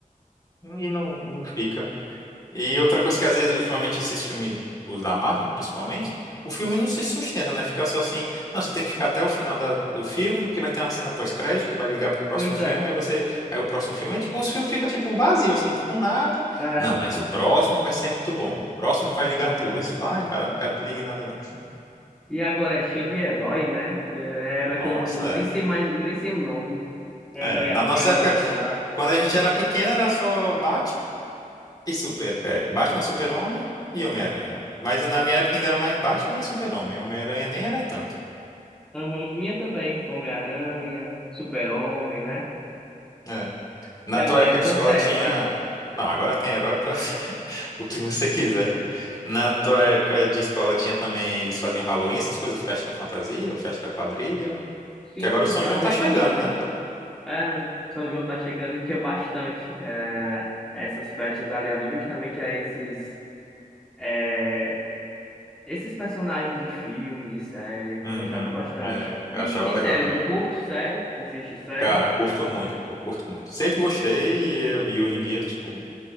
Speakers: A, on the left; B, in the centre.
A: E não, e não fica. E outra coisa que às vezes, ultimamente, esses filmes, os da Marvel, principalmente, o filme não se sustenta, né? Fica só assim. Não, você tem que ficar até o final da- do filme, porque vai ter uma cena pós-crédito que vai ligar pro próximo
B: Pois
A: filme,
B: é,
A: aí você. Aí o próximo filme é tipo, os filmes ficam tipo vazio, assim, tipo nada.
B: é,
A: Não, mas o próximo vai ser muito bom. O próximo vai ligar
B: aham.
A: tudo. Aí você fala, ai, cara, eu não quero que ligue nada, não.
B: E agora é cheio de herói, né? É herói
A: Nossa,
B: que eu nem sei mais, nem sei o nome. É
A: é.
B: herói
A: É,
B: aqui,
A: na nossa
B: é herói
A: época,
B: acolá.
A: quando a gente era pequeno, era só Batman. E super, é, Batman, Super-Homem e Homem-Aranha. Mas na minha época ainda era mais Batman e Super-Homem. Homem-Aranha nem era tanto.
B: Aham, minha também. Homem-Aranha, Super-Homem, né?
A: É. Na
B: E agora
A: tua época
B: é tanta
A: de escola tinha.
B: herói.
A: Não, agora tem herói pra <laughs> o que você quiser. Na
B: É,
A: tua época de escola tinha também. Eles faziam Halloween, essas coisas, festa fantasia, ou festa quadrilha.
B: sim,
A: Que agora o São
B: fazia
A: João tá chegando,
B: bastante.
A: né?
B: É, São João tá chegando e tinha bastante. é, essas festas aliadas justamente a esses, é, esses personagens de filme, de série.
A: Uhum.
B: Gostava bastante.
A: É, eu
B: E,
A: achava
B: e
A: legal
B: série,
A: também.
B: tu curte série? Assiste série?
A: Cara, curto muito, pô, curto muito. Sempre gostei e, eu- e hoje em dia, tipo,